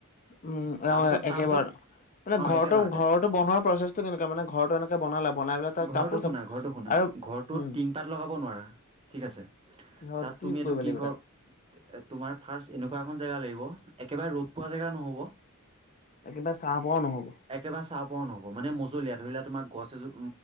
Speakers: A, on the left (about 35°); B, on the right (about 25°).
A: উম,
B: তাৰপিছত
A: অ, একেবাৰে।
B: তাৰপিছত
A: মানে
B: অ
A: ঘৰৰতো,
B: একেবাৰতে
A: ঘৰতো বনোৱাৰ প্ৰচেছটো কেনেকুৱা মানে ঘৰতটো এনেকে বনালে, বনাই পেলাই তাত
B: ঘৰটো
A: কাপোৰ
B: শুনা
A: চাপোৰ আৰু
B: ঘৰটো
A: উম
B: টিং পাত লগাব নোৱাৰা ঠিক আছে,
A: কিহত
B: তাত তুমি এইটো
A: কৰিব
B: কি
A: লাগিব
B: ঘৰ
A: তাত
B: তোমাৰ ফাৰ্ষট এনেকুৱা এখন জেগা লাগিব একেবাৰে ৰ'দ পোৱা জেগা নহব।
A: একেবাৰে চাহ পৰাও নহ'ব।
B: একেবাৰে চাহ পোৱাও নহব, মানে মজলীয়া ধৰিলা তোমাৰ গছ এজো